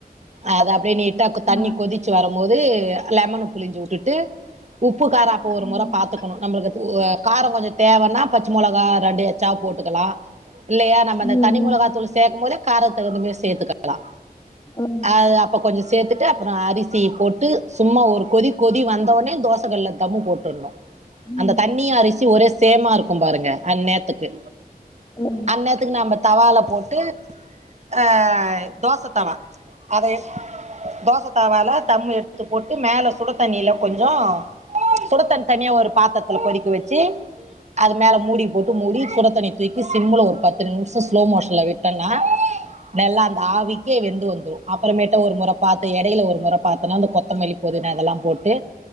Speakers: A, on the right; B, on the left.
A: அத அப்டியே நீட்டா
B: ஆ
A: தண்ணி கொதிச்சு வரம் போது லெமன புழிஞ்சு உட்டுட்டு உப்பு காரோ அப்ப ஒரு
B: ம்
A: மொற பாத்துக்கணு நம்மளுக்கு ஒ காரங் கொஞ்சந் தேவன்னா பச்ச மொளகா ரெண்டு எச்சா போட்டுக்கலா இல்லையா நம்ப அந்த
B: ம்
A: தனி மொளகாத்தூளு சேக்கும் போதே கார தகுந்தமாரி சேத்துக்கலா
B: ம் ம்
A: அது அப்ப கொஞ்ச சேத்துட்டு அப்றோ அரிசி போட்டு சும்மா ஒரு கொதி கொதி வந்த ஒட்னே தோசகள்ல தம்மு போட்ரணு
B: ம்
A: அந்த தண்ணியு அரிசி ஒரே சேமாருக்கும் பாருங்க அந்நேத்துக்கு
B: ம் ம் ம் ம்
A: அந்நேத்துக்கு நாம்ம தவால போட்டு ஆ தோச தவா அத எ தோச தவால தம்மு எ எத்து போட்டு மேல சுடு தண்ணில கொஞ்சோ சுடுத்தண் தனியா ஒரு பாத்தர்த்ல கொதிக்க வச்சு அது மேல மூடி போட்டு மூடி சுடத் தண்ணி தூக்கி சிம்முல ஒரு பத்து நிம்ஷோ ஸ்லோ மோஷன்ல விட்டன்னா நல்லா அந்த ஆவிக்கே வெந்து வந்துறு அப்பறமேட்டு ஒரு மொற பாத்து எடைல ஒரு மொற தனியா அந்த கொத்தமல்லி புதினா அதெல்லாம் போட்டு